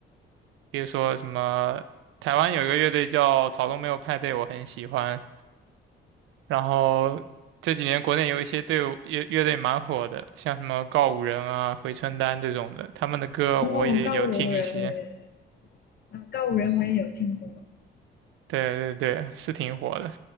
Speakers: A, on the right; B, on the left.
A: 比如说什么台湾有一个乐队叫草东没有派对，我很喜欢。然后这几年国内有一些队伍乐乐队蛮火的，像什么告五人啊、回春丹这种的，他们的歌我也有听一些。
B: 哦，告五人我也，嗯，告五人我也有听过。
A: 对对对，是挺火的，